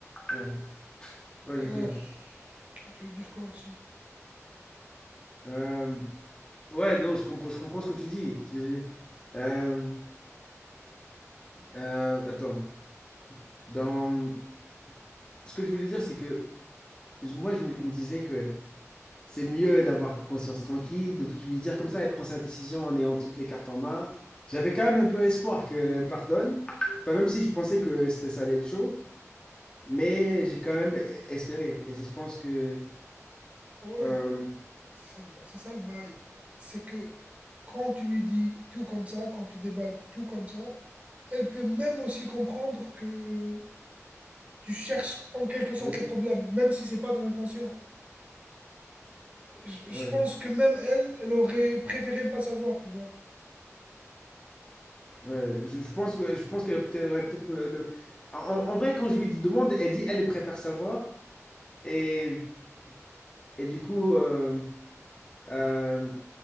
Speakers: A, on the left; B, on the right.
A: ouais, ouais, je
B: Euh,
A: sais.
B: je vais dire quoi aussi?
A: Euh, ouais, non, je comprends, je comprends ce que tu dis. Je- je- euh, euh, attends. Dans... Ce que je voulais dire, c'est que je- moi, je me, je me disais que c'est mieux d'avoir conscience tranquille, de tu lui dire comme ça, elle prend sa décision en ayant toutes les cartes en main. J'avais quand même un peu espoir qu'elle me pardonne. Enfin, même si je pensais que c'était ça allait être chaud, mais j'ai quand même espéré. Et c'est- je pense que.
B: Ouais,
A: euh,
B: c'est ça le ba- c'est ça le bail. C'est que quand tu lui dis tout comme ça, quand tu déballes tout comme ça, elle peut même aussi comprendre que tu cherches en quelque sorte
A: oui,
B: les problèmes, même si c'est pas ton intention. Je, je
A: ouais,
B: pense que même elle, elle aurait préféré ne pas savoir, tu vois.
A: ouais. Je, je pense que je pense qu'elle peut-être- elle aurait peut-être. me- le- En, en vrai, quand je lui demande, elle dit elle préfère savoir. Et, et du coup, euh, euh,